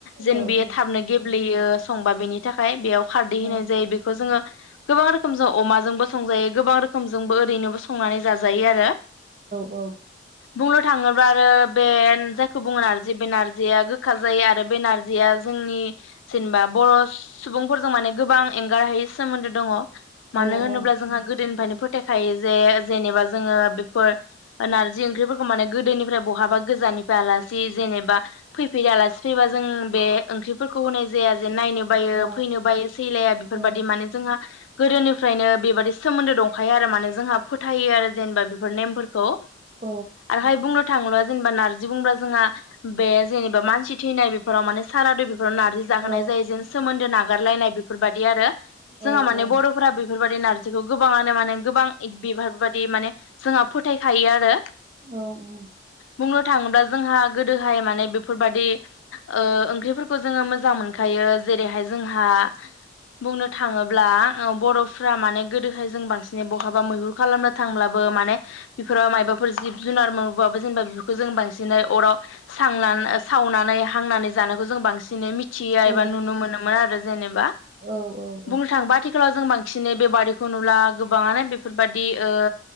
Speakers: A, on the left; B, on the right.
A: जेन
B: औ
A: बियो
B: औ
A: थाबनो गेब्लेयो संबा बेनि थाखाय बेयाव खारदै
B: औ
A: होनाय जायो बेखौ जोङो गोबां रोखोम जों अमाजोंबो संजायो गोबां रोखोम जों ओैनो संनानै जाजायो आरो
B: औ
A: बुंनो थाङोब्ला आरो बे जायखौ बुङो नारजि बे नारजिया गोखा जायो आरो बे नारजिया जोंनि जेनेबा बर' सुबुंफोरजों माने गोबां एंगारहायै सोमोन्दो दङ
B: औ
A: मानो होनोब्ला
B: औ
A: गोदोनिफ्रायनो फोथायखायो जे जेनेबा जोङो बेफोर नारजि ओंख्रिफोरखौ माने गोदोनिफ्राय बहाबा गोजाननिफ्राय आलासि जेनेबा फैफेरै आलासि फैबा जों बे ओंख्रिफोरखौ होनाय जाया नायनो बायो
B: अ
A: फैनो बायो सैलाया बेफोरबायाददि
B: औ
A: माने जोंहा गोदोनिफ्रायनो बेबादि सोमोन्दो दंखायो आरो माने जोंहा फोथायो आरो जेनेबा बेफोर नेमफोर खौ
B: औ
A: आरोहाय बुंनो थांब्ला जेनेबा नारजि बुंबा जोंहा बे जेनेबा मानसि थैनाय बेफोराव माने सारादु नारजि जाहोनाय
B: औ
A: जेन सोमोन्दो नागा हगारलायनाय बेफोरबायदि आरो।
B: औ
A: जोंहा माने
B: औ
A: बर'फोरा बे बेफोरबायदि नारजि खौ गोबाङानो माने गोबां बिफोर बादि माने जोंहा फोथायखायो आरो।
B: औ औ
A: बुंनो थाङोब्ला जोंहा गोदोहाय माने बेफोरबायदि ओंख्रिफोरखौ जोङो मोजां मोनखायो जेरैहाय जोंहा बुंनो थाङोब्ला बर'फ्रा माने गोदोहाय जों बांसिनै बहाबा मैहुर खालामनो थांब्लाबो माने बेफोर मायबाफोर जिब जुनार मोनबोबाबो जेनेबा बेफोरखौ जों बांसिनै अराव स-सावनानै हांनानै जानायखौ जों बांसिनै थिया
B: औ
A: एबा नुनो मोनोमोन आरो। जेनब बा
B: औ औ
A: बुंनो थाङोबा आथिखाव जों बांसिनै बे बारि खौ नुला गोबाङानो बेफोरबादि ओ